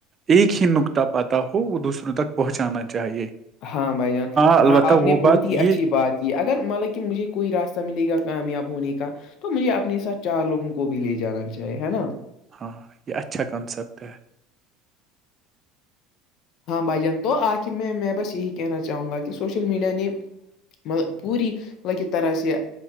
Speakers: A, on the right; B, on the left.
A: ایک ہی نکتاہ پاتا ہو وہ دوسروں تک پہنچانا چاہیے
B: ہاں بھائی جان
A: البتہ
B: ہاں آپ نے
A: وہ
B: بہت
A: بات
B: ہی اچھی
A: یہ
B: بات جی اگر مطلب کہ مجھے کوئی راستہ ملے گا کامیاب ہونے کا تو مجھے اپنے ساتھ چار لوگوں کو بھی لے جانا چاہیے ہے نا
A: ہاں یہ اچھا کنسپٹ ہے
B: ہاں بھائی جان تو آخر میں میں بس یہی کہنا چاہوں گا کہ سوشل میڈیا نے م پوری مطلب کی طرح سے